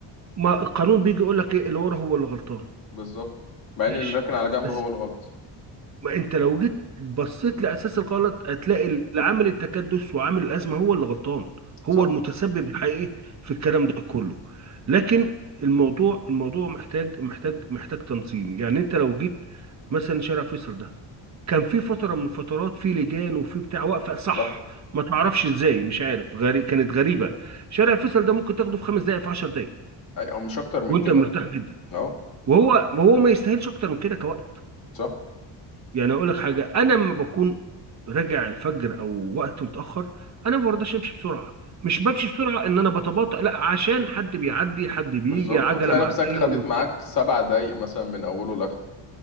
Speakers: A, on the right (about 35°); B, on the left (about 45°).
A: ما القانون بيجي يقول لك ايه اللي ورا هو اللي غلطان
B: بالظبط مع ان
A: ماشي
B: اللي راكن على جنب
A: بس
B: هو الغلط
A: ما انت لو جيت بصيت لاساس الغلط هتلاقي اللي عامل التكدس وعامل الازمه هو اللي غلطان هو
B: صح
A: المتسبب الحقيقي في الكلام ده كله لكن الموضوع الموضوع محتاج محتاج محتاج تنظيم يعني انت لو جيت مثلا شارع فيصل ده كان في فتره من فترات في لجان وفي بتاع واقفه صح
B: صح
A: ما تعرفش ازاي مش عارف غري... كانت غريبه شارع فيصل ده ممكن تاخده في خمس دقائق في 10 دقائق
B: اي او مش اكتر من
A: وانت
B: كده
A: مرتاح جدا
B: اهو
A: وهو وهو ما يستاهلش اكتر من كده كوقت
B: صح
A: يعني اقول لك حاجه انا لما بكون راجع الفجر او وقت متاخر انا ما برضاش امشي بسرعه مش بمشي بسرعه ان انا بتباطأ لا عشان حد بيعدي حد بيجي
B: بالظبط
A: عجله
B: وتلاقي
A: معديه
B: نفسك خدت
A: موتوسيكل
B: معاك سبع دقايق مثلا من اوله لاخره